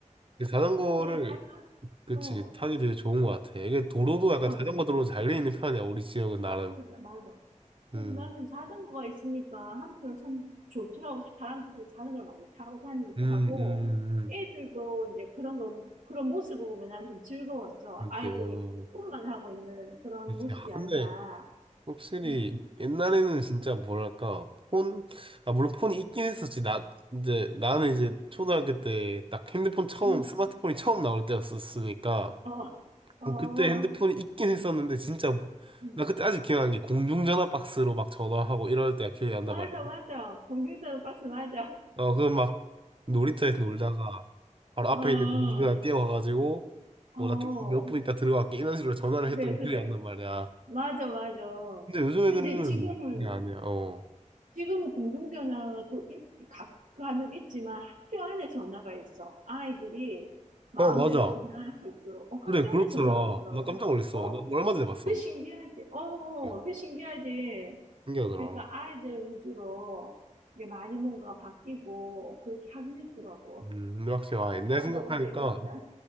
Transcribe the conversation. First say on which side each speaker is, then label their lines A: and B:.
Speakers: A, on the right (about 40°); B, on the right (about 85°).
A: 그 자전거를
B: <laughs> 난 자,
A: 그치
B: 어,
A: 타기 되게 좋은 것 같아. 이게 도로도
B: 어,
A: 약간 자전거 도로 잘 돼 있는 편이야 우리 지역은 나름.
B: 그래, 맞아. 그래서
A: 음.
B: 나는 자전거가 있으니까 한편으로 참 좋더라고. 사람들이 자전거를 많이 타고 다니기도
A: 음,
B: 하고,
A: 음,
B: 애들도 이제 그런 걸, 그런 모습을 보면 난 좀 즐거웠어.
A: 음.
B: 아이들이
A: 그때요.
B: 폰만 하고 있는 그런
A: 그때.
B: 모습이
A: 아, 근데
B: 아니라,
A: 확실히
B: 음,
A: 옛날에는 진짜 뭐랄까 폰, 아 물론 폰이 있긴 했었지. 나 이제 나는 이제 초등학교 때 딱 핸드폰 처음
B: 음,
A: 스마트폰이 처음 나올 때였었으니까
B: 어,
A: 어,
B: 어,
A: 그때 핸드폰이 있긴 했었는데 진짜 뭐,
B: 음.
A: 나 그때 아직 기억나는 게 공중전화 박스로 막 전화하고 이럴 때가 기억이 난단
B: 맞아,
A: 말이야.
B: 맞아. 공중전 박스 맞아.
A: 어, 그거 막 놀이터에서 놀다가 바로 앞에
B: 어, 어,
A: 있는 공중전화 뛰어가가지고
B: 어,
A: 뭐 나 좀 몇 분 있다 들어갈게 이런 식으로 전화를
B: 그래,
A: 했던 게
B: 그래.
A: 기억이 안 난 말이야.
B: 맞아, 맞아.
A: 근데 요즘
B: 근데
A: 애들은
B: 지금은,
A: 그게 아니야. 어.
B: 지금은 공중전화도 있, 각, 간혹 있지만 학교 안에 전화가 있어. 아이들이 마음대로
A: 어, 맞아.
B: 전화할 수 있도록. 어, 학교
A: 그래, 그렇더라.
B: 안에 전화가 있더라고.
A: 나 깜짝 놀랐어.
B: 어,
A: 나 얼마 전에 봤어.
B: 그 신기하지. 어,
A: 그
B: 그 신기하지.
A: 신기하더라.
B: 그러니까 아이들 위주로 이게 많이 뭔가 바뀌고 그렇게 하긴 했더라고.
A: 음, 근데 확실히, 아, 옛날
B: 아유,
A: 생각하니까,
B: 너무 재밌다.